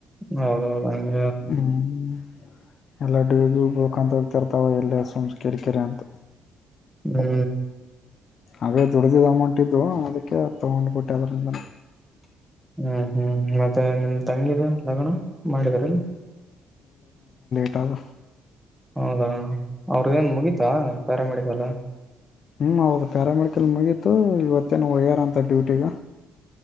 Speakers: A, in the centre; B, on the left.
A: ಹೌದೌದು ಅಂದ
B: ಹ್ಮ್ ಎಲ್ಲ ಡಿ ಬಕಂತ ಹೋಗ್ತಿರ್ತಾವ ಎಲ್ಲೇ ಸುಮ ಕೆರಿಕರೆ ಅಂತ
A: ಹ್ಮ್
B: ಅ ದುಡ್ದಿದ್ದ ಅಮೌಂಟ್ ಇದು ಅದಕ್ಕೆ ತಗೊಂಡ್ಬಿಟ್ಟೆ ಅದರಿಂದಾನ
A: ಹ್ಮ್ ಹ್ಮ್ ಮತ್ತೆ ನಿಮ ತಂಗಿದು ಲಗಣ ಮಾಡಿದಾರಲ್ಲಿ
B: ಟಬ್
A: ಹೌದಾ ಅವ್ರ ಏನ್ ಮುಗೀತಾ ಪ್ಯಾರಾಮೆಡಿಕಲ್
B: ಹ್ಮ್ ಹೌದು ಪ್ಯಾರಾಮೆಡಿಕಲ್ ಮುಗೀತು ಇವತ್ತೇನು ಹ್ಯಾರ ಅಂತ ಡ್ಯೂಟಿಗ